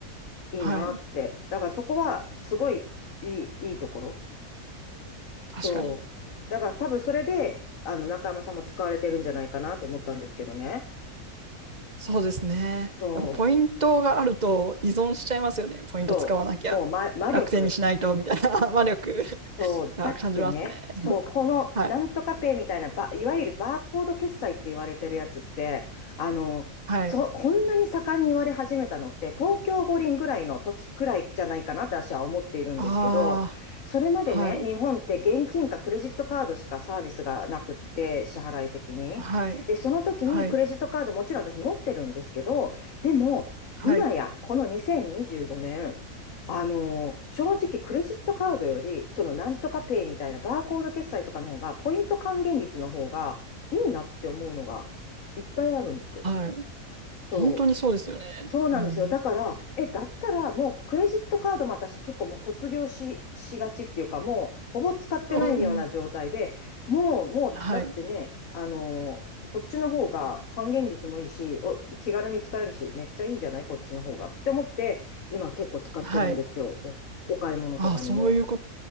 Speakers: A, on the left; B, on the right.
A: いいなって。
B: はい
A: だからそこはすごいいい、いいところ。
B: 確かに。
A: そう。だから多分それで、あの、中山さんも使われてるんじゃないかなと思ったんですけどね。
B: そうですね。
A: そ
B: やっぱポイントがあると依存しちゃいますよね。ポイント使わなきゃ。
A: う。そう。もう魔、魔力。
B: 楽天にしないと、みたいな
A: そう
B: <laughs> 魔力
A: そう、
B: が感じますね。
A: だってね、そう、このなんとかペイみたいな、
B: はい。
A: ば、いわゆるバーコード決済って言われてるやつって、あの、
B: はい。
A: そ、こんなに盛んに言われ始めたのって、東京五輪ぐらいの時くらいじゃないかなって私は思っているんですけど、
B: あ
A: それまでね、
B: あ、はい。
A: 日本って現金かクレジットカードしかサービスがなくって、支払い的に。
B: はい。
A: で、その時にクレジットカードもちろん私持ってるんですけど、
B: はい。
A: でも、
B: はい。
A: 今やこの2025年、あのー、正直クレジットカードより、そのなんとかペイみたいなバーコード決済とかの方が、ポイント還元率の方がいいなって思うのがいっぱいあるんですよ。
B: はい。
A: そう
B: 本当にそうですよね。
A: そうなんですよ。
B: うん。
A: だから、え、だったらもうクレジットカードも私結構もう卒業し、しがちっていうか、もうほぼ使ってないような状態で、
B: うんうん。
A: もう、もう、
B: はい。
A: だってね、あのーそっちの方が還元率もいいし、お、気軽に使えるし、めっちゃいいじゃないこっちの方がって思って、今結構使ってるんですよ。
B: はい。
A: お、お買い物とかにも。
B: ああ、そういうこと。